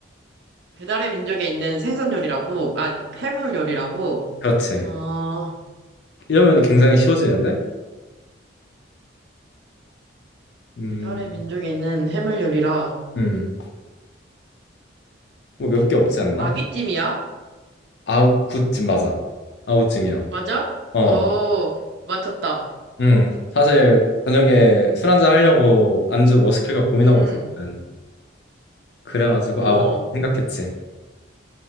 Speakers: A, on the right; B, on the left.
A: 배달의 민족에 있는 생선 요리라고, 아니, 해물 요리라고,
B: 그렇지.
A: 어,
B: 이러면 굉장히 쉬워지는데? 음,
A: 배달의 민족에 있는 해물 요리라.
B: 음, 뭐 몇 개 없지 않나?
A: 아귀찜이야?
B: 아웃집 맞아. 아웃찜이야
A: 맞아?
B: 어,
A: 어, 맞췄다.
B: 음. 사실 저녁에 술 한잔 하려고 안주 뭐 시킬까 고민하고
A: 음,
B: 있었거든. 그래가지고
A: 어,
B: 아웃 생각했지.